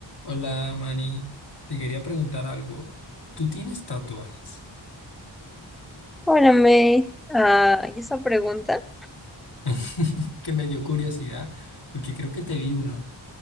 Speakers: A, on the left; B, in the centre.
A: Hola, Manny. Te quería preguntar algo. ¿Tú tienes tatuajes?
B: Bueno, May, ah, y esa pregunta,
A: <laughs> Que me dio curiosidad porque creo que te vi uno.